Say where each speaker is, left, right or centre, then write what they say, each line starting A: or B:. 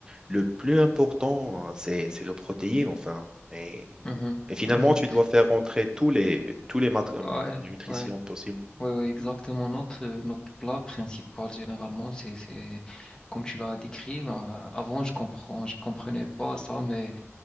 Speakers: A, on the right; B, on the left.
A: le plus important, hein, c'est, c'est le protéine, enfin. Et,
B: Mhm,
A: et finalement,
B: mhm.
A: tu dois faire rentrer tous les, tous les mat- euh,
B: Ouais,
A: nutritions
B: ouais,
A: possibles.
B: ouais, ouais, exactement. Notre, euh, notre plat principal, généralement, c'est, c'est, comme tu l'as décrit, euh, avant, je comprends, je comprenais pas ça, mais,